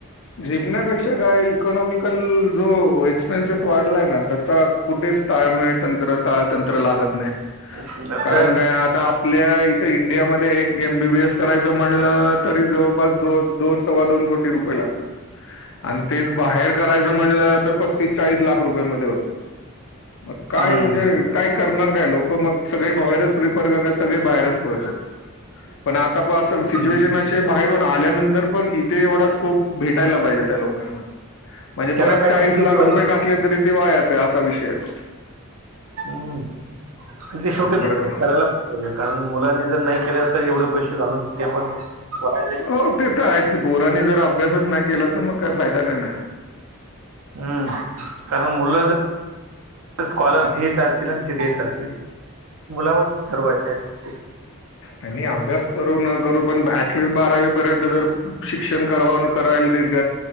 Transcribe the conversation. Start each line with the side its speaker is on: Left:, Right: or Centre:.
Left: झेपण्यापेक्षा काय, इकॉनॉमिकल जो एक्सपेन्सेस वाढलाय ना, त्याचा कुठेच ताळमेळ तंत्र, ताळतंत्र लागत नाही,
Right: सगळं आता
Left: कारण काय आता आ पल्या इथे इंडियामध्ये, एक एम बी बी एस करायचं म्हणलं, तरी जवळपास दोन-दोन सव्वा दोन को टी रुपये लागतात. अन तेच बाहेर करायचं म्हणलं, तर पस्तीस चाळीस लाख रुपये मध्ये होत. मग काय,
Right: हम्म.
Left: म्हणजे काय करणार, काय? लोकं मग सगळे बाहेरच प्रिफर करतात, सगळे बाहेरच पडतात. पण आता पहा, स -सिच्युएशन
Right: हम्म.
Left: अशी ये, बाहेरून आल्यानंतर पण इथे एवढा स्कोप भेटायला पाहिजे, त्या लोकांना, म्हणजे
Right: त्यांना
Left: परत
Right: काही
Left: चाळीस
Right: त्यांचे
Left: लाख
Right: परीक्षा
Left: रुपये घातले, तरी ते वायाच. ते असा विषय ये तो.
Right: हम्म, आणि
Left: येतो
Right: ते शेवटी
Left: उघड का
Right: करायला पाहिजे, कारण मुलांनी जर नाही केलं, तर एवढे पैशे घालून, ते पण वाया जायचे
Left: हो ते तर आहेच की, पोरांनी जर अभ्यासच नाही केला, तर मग काही फायदा नाही ना.
Right: हम्म, कारण मुलं जर <unintelligible> स्कॉलर इथेही चालतील, अन तिथेही चालतील, मुलावरतीच सर्व य काय ते.
Left: नाही नाही, अभ्यास करो न करो, पण ॲटलिस्ट बारावी पर्यंत तर शिक्षण कराव, अन करायल तील ग,